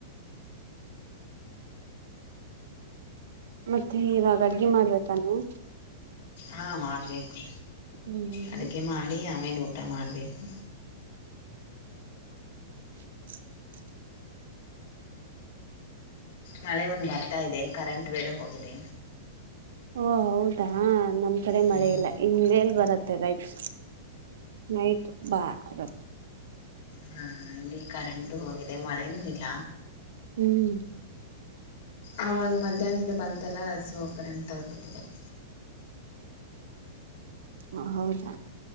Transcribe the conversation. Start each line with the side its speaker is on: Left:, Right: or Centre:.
Right: ಮತ್ತೆ ಇವಾಗ ಅಡುಗೆ ಮಾಡಬೇಕ ನೀವು.
Left: ಹಾ ಮಾಡಬೇಕು
Right: ಹ್ಮ್
Left: ಅಡುಗೆೆ ಮಾಡಿ ಆಮೇಲೆ ಊಟ ಮಾಡಬೇಕು.
Right: <unintelligible>
Left: ಮಳೆ ಒಂದು ಬರ್ತಾ ಇದೆ ಕರೆಂಟ್ ಬೇರೆ ಹೋಗಿದೆ.
Right: ಓ ಹೌದಾ ನಮ್ ಕಡೆ
Left: ಹ್ಞೂ
Right: ಮಳೆ ಇಲ್ಲ ಇಮೇಲ್ ಬರತ್ತೆ ಗಾಯ್ತು. ನೈಟ್ ಬಾ ರ
Left: ಹಾ ಇಲ್ಲಿ ಕರೆಂಟು ಹೋಗಿದೆ ಮಳೆನೂ ಇಲ್ಲ.
Right: ಹ್ಮ್
Left: ಆವಾಗ ಮಧ್ಯಾಹ್ನದಿಂದ ಬಂತಲ್ಲ ಸೋ ಕರೆಂಟ್ ತೆೆಗೆದ್ಬಿಟ್ಟಿದ್ದಾರೆ.
Right: ಹ ಹೌದಾ